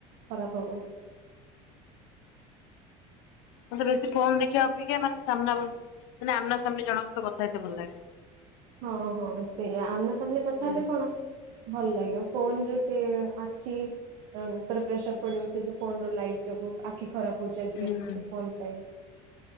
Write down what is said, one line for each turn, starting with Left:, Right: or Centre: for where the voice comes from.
Right: ଖରାପ ହବ।
Left: ମୋତେ ବେଶି ଫୋନ ଦେଖିବା ଦେଖିଆ ମାନେ ସାମନା ବସ୍‌ ମାନେ ଆମନା ନା ସେମିତି ଜଣଙ୍କ ସହିତ କଥା ହେଇତେ ଭଲ ଲାଗେ।
Right: ହଁ ହଁ ସେୟା ଆମନା ସାମନା କଥା
Left: ହୁଁ
Right: ହେଲେ କଣ ଭଲ ଲାଗିବ। ଫୋନରେ ସେ ଆଖି ଅ ଉପରେ ପ୍ରେସର ପଡିବ ସେ ଯୋଉ ଫୋନର ଲାଇଟ ଯୋଗୁ ଆଖି ଖରାପ ପୁଚାରଚି
Left: ହୁଁ
Right: କେତେ
Left: ହୁଁ
Right: ସେ ଫୋନ ପାଇଁ।